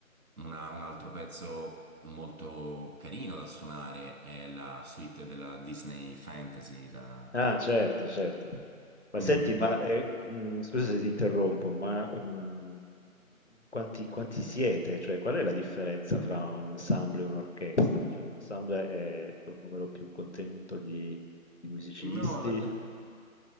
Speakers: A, on the right; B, on the left.
A: Una- un altro pezzo molto carino da suonare è la suite della Disney Fantasy. la-
B: Ah, certo, certo. Ma
A: Mm,
B: senti,
A: No.
B: ma
A: tu-
B: eh, mm, scusa se ti interrompo, ma mm, quanti, quanti siete? Cioè, qual è la differenza fra un ensemble e un'orchestra? Cioè, l'ensemble è un numero più contenuto di, di musicisti?
A: No, la-